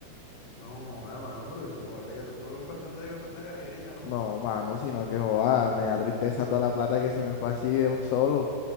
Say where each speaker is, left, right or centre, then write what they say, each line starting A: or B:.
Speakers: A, on the left (about 60°); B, on the left (about 80°).
A: No, joda, mano, pero eso en lugar de causarte preocupación, de causarte alegría, ¿no?
B: No, mano, sino que joda, me da tristeza toda la plata que se me fue así de un solo.